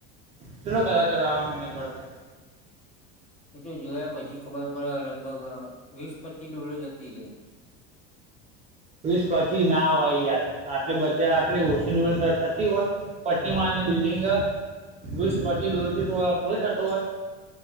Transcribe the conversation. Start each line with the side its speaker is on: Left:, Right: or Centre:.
Right: કેટલું કલર કરવાનું ઉ પડશે?
Left: એ તો જોયા પછી ખબર પડે લગભગ વીસ પચીસ ડોલો જતી ર.
Right: વીસ પછી ના હોય યાર આટલે બધા આટલી ઓછી ડોલ થતી હોય, પછીમાં આટલી બિલ્ડિંગ વીસ પછી ડોલતી થોડી થતું હોય.